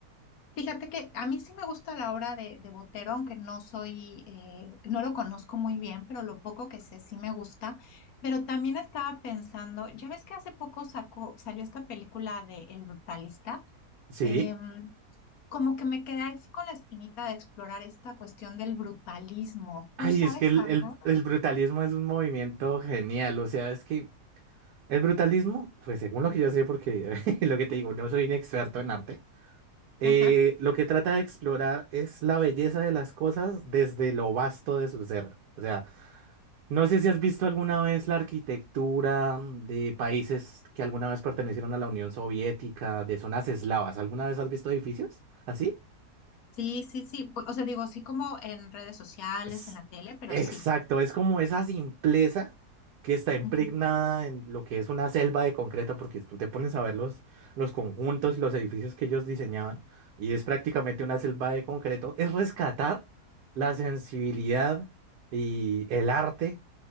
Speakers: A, on the left (about 70°); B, on the right (about 75°).
A: fíjate que a mí sí me gusta la obra de, de Botero, aunque no soy, eh, no lo conozco muy bien, pero lo poco que sé sí me gusta. Pero también estaba pensando, ya ves que hace poco sacó, salió esta película de El Brutalista.
B: Sí.
A: em, como que me quedé así con la espinita de explorar esta cuestión del brutalismo.
B: Ay,
A: ¿Tú sabes
B: es que el,
A: algo?
B: el, el brutalismo es un movimiento genial. O sea, es que el brutalismo, pues según lo que yo sé, porque <laughs> lo que te digo, no soy un experto en arte, eh,
A: Ajá.
B: lo que trata de explorar es la belleza de las cosas desde lo vasto de su ser. O sea, No sé si has visto alguna vez la arquitectura de países que alguna vez pertenecieron a la Unión Soviética, de zonas eslavas. ¿Alguna vez has visto edificios así?
A: Sí, sí, sí. Pu- O sea, digo, sí como en redes sociales,
B: Es,
A: en la tele, pero
B: exacto,
A: sí.
B: es como esa simpleza que está impregnada
A: Ujú,
B: en lo que es una selva de concreto, porque tú te pones a ver los, los conjuntos y los edificios que ellos diseñaban, y es prácticamente una selva de concreto, es rescatar la sensibilidad y el arte,